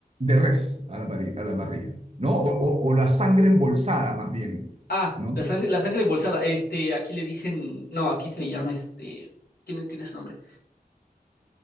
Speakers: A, on the right; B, on the left.
A: de res a la, parri- a la parrilla, ¿no? O, o- o la sangre embolsada, más bien,
B: Ah,
A: ¿no?
B: la sangre, la sangre embolsada. Este, aquí le dicen. No, aquí se le llama este. Tiene, tiene su nombre.